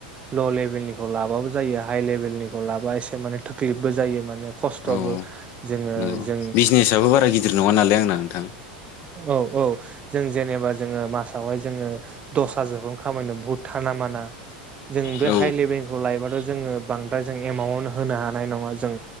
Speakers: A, on the right; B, on the left.
A: ल लेभेलनिखौ लाबाबो जायो हाइ लेभेलनिखौ लाबा एसे माने थोक्लिबबो जायो माने खस्थ'बो।
B: औ
A: जोङो
B: नंगौ
A: जों
B: बिजनेसआबो बारा गिदिर नङा नालाय आंना नोंथां।
A: औ औ जों जेनेबा जोङो मासावहाय ज जोङो दस हाजारखौनो खामायनो बहुद थाना माना जों बे
B: औ
A: हाइ लेभेलखौ लायोबाथ' ज जोङो बांद्राय जों एमाउन्ट होनो हानाय नङा जों